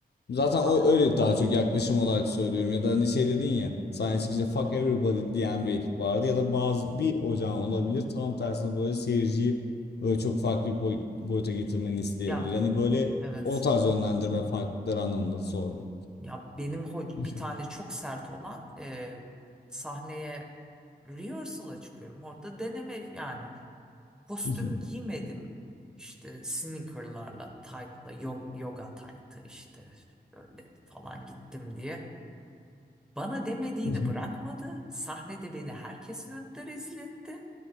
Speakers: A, on the left (about 75°); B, in the centre.
A: Zaten o
B: ha-
A: öyle
B: ha-
A: daha çok yaklaşım olarak söylüyorum ya da hani şey dedin ya sahne çıkınca fuck everybody diyen bir ekip vardı ya da bazı bir ocağın olabilir tam tersine böyle seyirciyi böyle çok farklı bir boy- boyuta getirmeni isteyebilir.
B: ya
A: Hani böyle
B: evet.
A: o tarz yönlendirme farklılıkları anlamında sordum.
B: Ya benim hoc-
A: Hı hı,
B: bir tane çok sert olan e, sahneye rehearsal'a çıkıyorum. Orada deneme yani Kostüm
A: hı hı,
B: giymedim. İşte sneakerlarla, tight'la, yo- yoga tight'ı işte böyle falan gittim diye. Bana demediğini
A: hı hı.
B: bırakmadı. Sahnede beni herkesin önünde rezil etti.